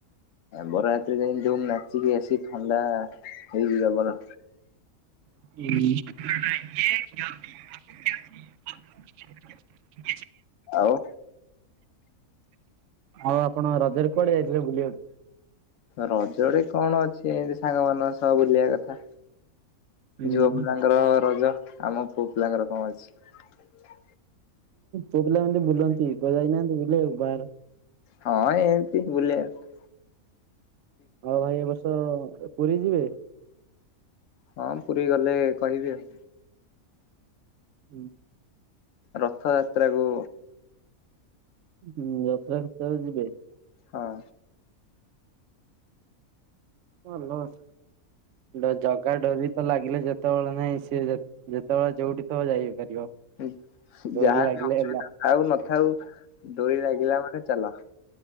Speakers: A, on the left (about 65°); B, on the right (about 65°).
A: ବରଯାତ୍ରୀ ରେ ଯାଇକି ଯୋଉ ନାଚିକି ଆସିିକି ଥଣ୍ଡା ହେଇଛି ଜବର।
B: ହୁଁ। <unintelligible>
A: ଆଉ?
B: ଆଉ ଆପଣ ରଜରେ କୁଆଡ଼େ ଯାଇଥିଲେ ବୁଲିବାକୁ?
A: ରଜ ରେ କଣ ଅଛି ଏମତି ସାଙ୍ଗମାନଙ୍କ ସହ ବୁଲିବା କଥା।
B: ହୁଁ
A: ଝିଅ ପିଲାଙ୍କର ରଜ ଆମ ପୁଅ ପିଲାଙ୍କର କଣ ଅଛି।
B: ପୁଅ ପିଲାମାନେ ତ ବୁଲନ୍ତି କୁଆଡ଼େ ଯାଇନାହାନ୍ତି ବୁଲିବାକୁ ବାହାର
A: ହଁ ଏମିତି ବୁଲିବାକୁ।
B: ଆଉ ଭାଇ ଏ ବର୍ଷ ପୁରୀ ଯିବେ?
A: ହଁ ପୁରୀ ଗଲେ କହିବି ଆଉ।
B: ହୁଁ।
A: ରଥଯାତ୍ରାକୁ
B: ହୁଁ ରଥଯାତ୍ରା କେତେଳେ ଯିବେ?
A: ହଁ।
B: ଭଲ ଅଛ। ଜଗା ଡୋରି ତ ଲାଗିଲେ ଯେତେବେଳେ ନାହିଁ ସିଏ ଯେତେବେଳେ ଯୋଉଠି। ଥିବ ଯାଇ ପାରିବ।
A: ହୁଁ।
B: ଡୋରି
A: ଯାହାବି
B: ଲାଗିଲେ
A: ଅସୁବିଧା
B: ହେଲା
A: ଥାଉ ନଥାଉ ଡୋରି ଲାଗିଲା ମାନେ ଚାଲ।